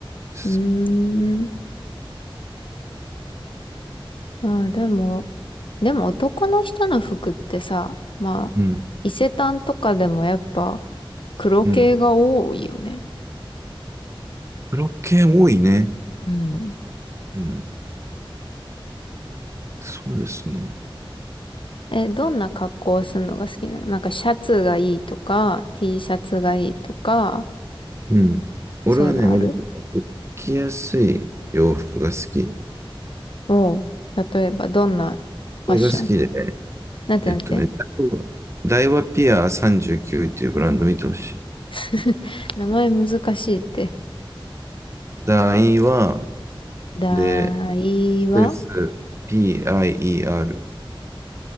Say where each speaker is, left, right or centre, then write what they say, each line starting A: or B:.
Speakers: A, on the right; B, on the left.
A: よ。
B: うーん。ああ、でも、でも男の人の服ってさ、まあ、
A: うん、
B: 伊勢丹とかでもやっぱ黒系が多いよね。
A: うん。ブロッケ多いね。
B: うん。
A: うん、そうですね。
B: え、どんな格好をするのが好きなのなんかシャツがいいとか、T シャツがいいとか、
A: うん。俺はね、
B: そういうのある
A: 割と着やすい洋服が好き。
B: おう。例えばどんなファッション
A: 絵が好きで、
B: なんてなんて
A: えっとね、ダイワピア39っていうブランド見てほしい。
B: <laughs> 名前難しいって。
A: ダイワ
B: だいわ、
A: で、スペース PIER、